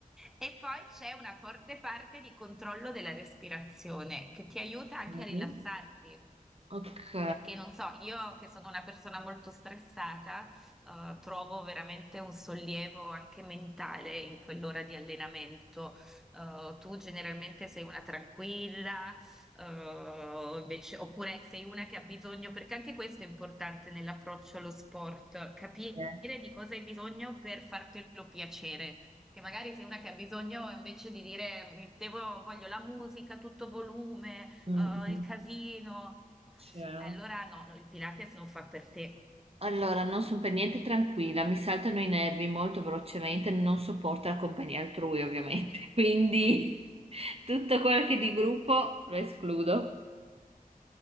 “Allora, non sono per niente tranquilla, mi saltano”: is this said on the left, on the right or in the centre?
Right